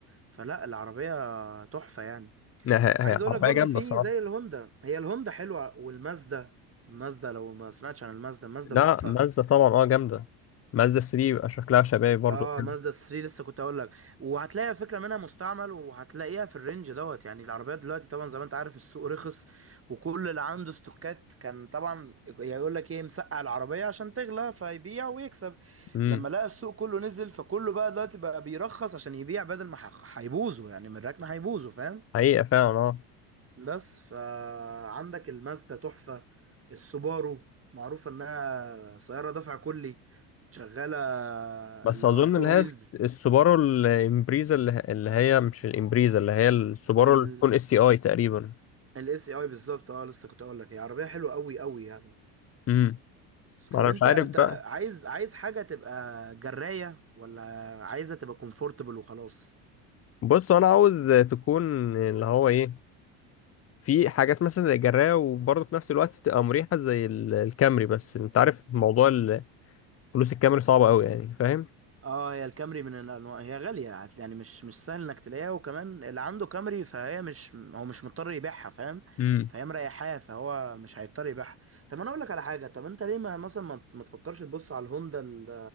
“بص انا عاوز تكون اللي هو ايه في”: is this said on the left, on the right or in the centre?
Left